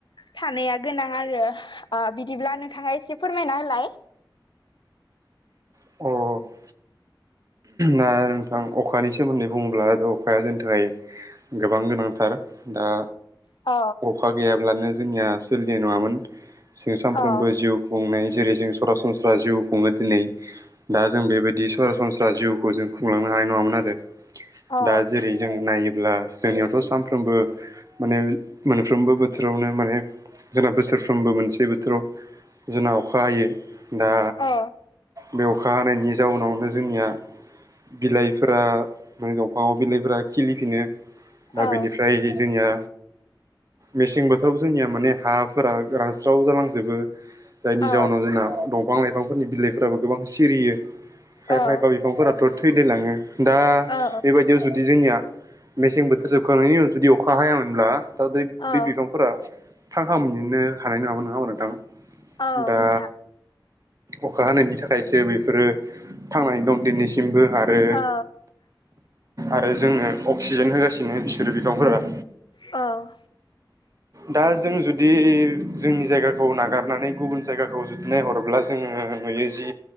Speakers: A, on the left (about 70°); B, on the right (about 45°).
A: थानाया गोनां आरो बिदिब्ला नोंथाङा एसे फोरमायना होलाय
B: <unintelligible> दा नोंथां अखानि सोमोन्दै बुङोब्ला थ' अखाया जोंनि थाखाय गोबां गोनांथार दा
A: अ
B: अखा गैयाब्लानो जोंनिया सोलिनाय नङामोन जों सानफ्रोमबो
A: औ
B: जिउ खुंनाय जेरै जों सरासनस्रा जिउ खुङो दिनै दा जों बेबायदि सरासन सनस्रा जिउखौ जों खुंलांनो हानाय नङामोन आरो
A: औ
B: दा जेरै जों नायोब्ला जोंनियावथ' सानफ्रोमबो माने मोनफ्रोमबो बोथोरावनो माने जोंना बोसोरफ्रोमबो मोनसे बोथोराव जोंना अखा हायो दा
A: औ
B: बे अखा हानायनि जाउनावनो जों जोंनिया बिलाइफोरा दंफाङाव बिलाइफोरा खिलिफिनो दा
A: औ
B: बेनिफ्राय जोंनिया मेसें बोथोराव जोंनिया माने हाफोरा रानस्राव जालांजोबो जायनि
A: औ
B: जााहोनाव जोंना दंफां लाइफांफोरनि बिलाइफोराबो गोबां सिरियो खायफा
A: औ
B: खायफा बिफांफोराथ' थैलायलाङो दा
A: औ
B: बेबायदि बेयाव जुदि जोंनिया मेसें बोथोर जोबखांनायनि उनाव जुदि अखा हायामोनब्ला दा
A: औ
B: बे बिफांफोरा थांखां फिननोनो हानाय नङा होनबा नोंथां
A: औ
B: दा
A: नोंथां
B: अखा हानायनि थाखायसो बेफोरो थांनानै दं दिनैसिमबो आ रो
A: औ
B: आरो जोंनो अक्सिजेन होगासिनो बिसोरो बिफांफोरा
A: औ
B: दा जों जुदि जोंनि जायगाखौ नागारनानै गुबुन जायगाखौ जुदि नायहर ब्ला जोङो नुयो जि